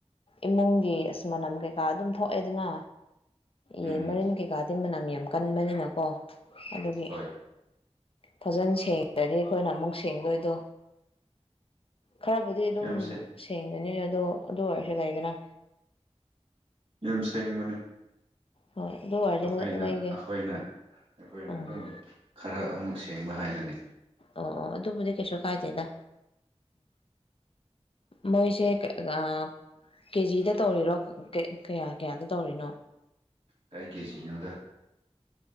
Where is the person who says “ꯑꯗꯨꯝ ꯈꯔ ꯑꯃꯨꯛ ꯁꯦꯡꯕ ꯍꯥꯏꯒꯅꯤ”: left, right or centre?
Right